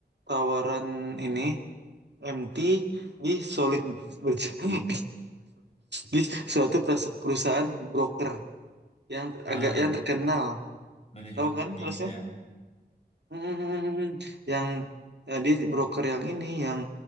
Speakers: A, on the right (about 75°); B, on the left (about 35°).
A: tawaran ini MT di solid <laughs> berjalan di suatu perusa- perusahaan broker. yang ter-
B: ah,
A: agak yang terkenal
B: manajemen
A: tahu kan
B: training
A: harusnya
B: gitu ya?
A: Mm, yang ya, dia broker yang ini yang